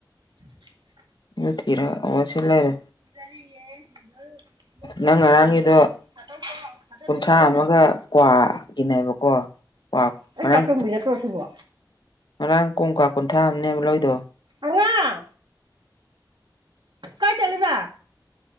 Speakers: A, on the right; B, on the left.
A: <inaudible>
B: ꯌ ꯊꯔ ꯋꯥ ꯁꯤ ꯂꯩꯔꯦ
A: ꯖꯔꯤꯌꯦꯗ
B: ꯅꯪ ꯉꯔꯥꯡꯒꯤꯗꯣ
A: ꯊꯥꯗꯣꯛ꯭ꯔ ꯊꯥꯗꯗꯣꯏꯗꯤ
B: ꯀꯨꯟꯊ꯭ꯔꯥ
A: ꯀꯩꯅꯣ
B: ꯑꯃꯒ ꯀ꯭ꯋꯥꯒꯤꯅꯦꯕꯀꯣ ꯀ꯭ꯋꯥ
A: ꯑꯩ
B: ꯉꯔꯥꯡ
A: ꯆꯥꯠꯇꯕꯤꯗꯠꯇꯨꯔꯁꯤꯕꯣ
B: ꯉꯔꯥꯡ ꯀꯣꯡꯀꯥ ꯀꯨꯟꯊ꯭ꯔ ꯑꯃꯅꯦꯕ ꯂꯧꯣꯏꯗꯣ
A: ꯑꯉꯥꯡ ꯀꯥꯏ ꯆꯠꯂꯤꯕ